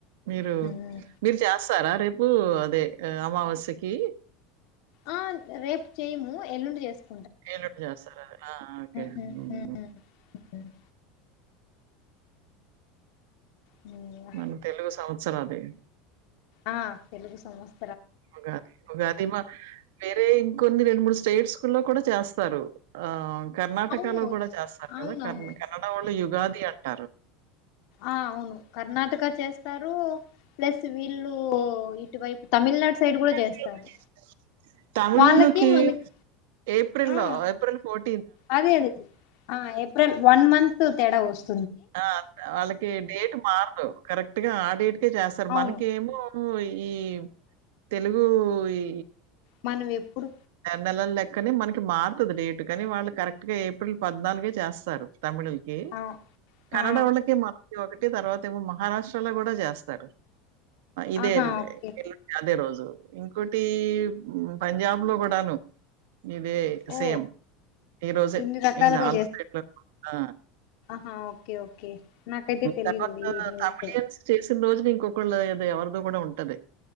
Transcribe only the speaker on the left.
హ్మ్.
ఆ రేపు చెయము ఎల్లుండి చేస్త
హ్మ్,
హ్మ్, హ్మ్. హ్మ్.
ఆ తెలుగు సంవస్త
అవును
అవునవును
ఆహ్ అవును కర్ణా టక చేస్తారు ప్లస్ వీళ్ళు ఇటువైపు తమిళనాడు
సైడ్ చేస్తారు
వాళ్ళకి మనకి
ఆ
అదే అదే అదే ఆ ఏప్రిల్ వన్ మంత్ తేడా వస్తంది
అవును
మనమేప్పుడు
ఆ
ఆ
ఆహా
ఓకే
ఓ
ఇన్ని రకాలుగా
ఆ ఓకే ఓకే నాకైతే తెలీదు
ఈ న్యూస్